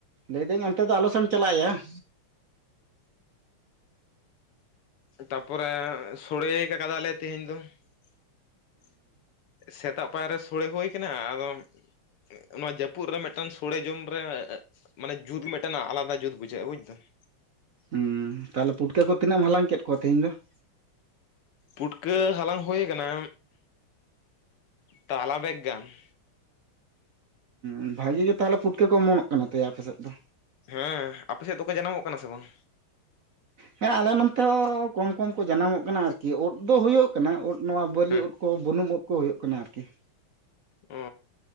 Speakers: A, on the right; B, on the left.
A: ᱞᱮᱭᱫᱟᱹᱧ ᱚᱱᱛᱮ ᱫᱚ ᱟᱞᱚᱥᱮᱢ ᱪᱟᱞᱟᱜᱼᱟᱭᱟ ᱾
B: ᱛᱟᱯᱚᱨᱮ ᱥᱚᱲᱮ ᱠᱟᱫᱟᱞᱮ ᱛᱮᱦᱮᱧ ᱫᱚ ᱾ ᱥᱮᱛᱟᱜ ᱯᱟᱭᱟᱨ ᱨᱮ ᱥᱳᱲᱮ ᱦᱳᱭ ᱠᱟᱱᱟ, ᱟᱫᱚ ᱱᱚᱣᱟ ᱡᱟᱹᱯᱩᱫ ᱨᱮ ᱢᱤᱫᱴᱟᱱ ᱥᱳᱲᱮ ᱡᱚᱢ ᱨᱮ ᱢᱟᱱᱮ ᱡᱩᱫ ᱢᱤᱫᱴᱮᱱ ᱟᱞᱟᱫᱟ ᱡᱩᱫ ᱵᱩᱡᱷᱟᱹᱜᱼᱟ ᱵᱩᱡᱫᱟᱢ ᱾
A: ᱦᱩᱸ, ᱛᱟᱦᱚᱞᱮ ᱯᱩᱴᱠᱟᱹ ᱠᱚ ᱛᱤᱱᱟᱹᱜ ᱮᱢ ᱦᱟᱞᱟᱝ ᱠᱮᱫ ᱠᱚᱣᱟ ᱛᱮᱦᱤᱧ ᱫᱚ ᱾
B: ᱯᱩᱴᱠᱟᱹ ᱦᱟᱞᱟᱝ ᱦᱩᱭ ᱠᱟᱱᱟ, ᱛᱟᱞᱟ ᱵᱮᱜᱽ ᱜᱟᱱ ᱾
A: ᱩᱸᱻ ᱵᱷᱟᱜᱮ ᱜᱮ ᱛᱟᱦᱚᱞᱮ ᱯᱷᱩᱴᱠᱟᱹ ᱠᱚ ᱚᱢᱚᱱᱚᱜ ᱠᱟᱱᱟ ᱛᱚᱭᱟ ᱟᱯᱮ ᱥᱮᱫ ᱫᱚ?
B: ᱦᱮᱸ, ᱟᱯᱮ ᱥᱮᱫ ᱫᱚᱠᱚ ᱡᱟᱱᱟᱢᱚᱜ ᱠᱟᱱᱟ ᱥᱮ ᱵᱟᱝ?
A: ᱦᱮᱸ ᱟᱞᱮ ᱱᱚᱱᱛᱮ ᱦᱚᱸ ᱠᱚᱢ ᱠᱚᱢ ᱠᱚ ᱡᱟᱱᱟᱢᱚᱜ ᱠᱟᱱᱟ ᱟᱨᱠᱤ ᱳᱫ ᱫᱚ ᱦᱳᱭᱳᱜ ᱠᱟᱱᱟ ᱳᱫ ᱱᱚᱣᱟ ᱵᱟᱹᱞᱤ
B: ᱦᱮᱸ
A: ᱩᱫ ᱠᱚ ᱵᱩᱱᱩᱢ ᱩᱫ ᱠᱚ ᱦᱳᱭᱳᱜ ᱠᱟᱱᱟ ᱟᱨᱠᱤ ᱾
B: ᱚᱻ